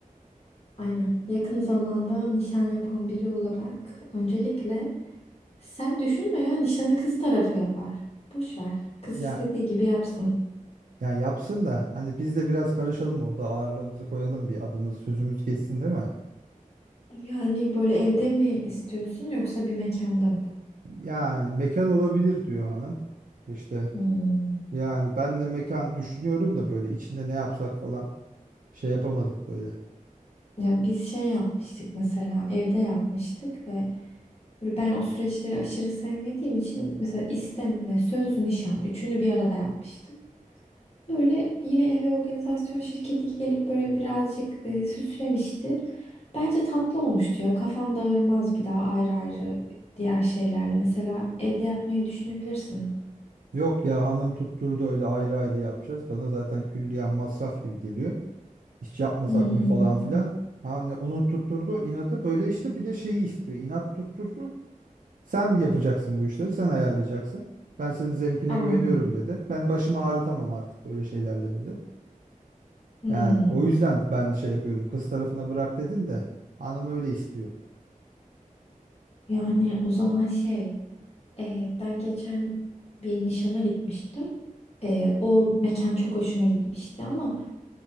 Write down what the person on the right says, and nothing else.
Ya
ya yapsın da hani biz de biraz karışalım orada ağırlığımızı koyalım bir adımız sözümüz geçsin değil mi?
Yani mekan olabilir diyor hanım. İşte
yani ben de mekan düşünüyorum da böyle içinde ne yapsak falan şey yapamadık böyle.
Yok ya hanım tutturdu öyle ayrı ayrı yapacağız. Bana zaten külliyen masraf gibi geliyor. İş yapmasak
mı falan filan. Hani onu tutturdu inadı böyle işte bir de şeyi istiyor. İnat tutturdu. Sen yapacaksın bu işleri sen ayarlayacaksın. Ben senin zevkine
güveniyorum dedi. Ben başımı ağrıtamam artık böyle şeylerle dedi.
Yani o yüzden ben şey yapıyorum kız tarafına bırak dedin de hanım öyle istiyor.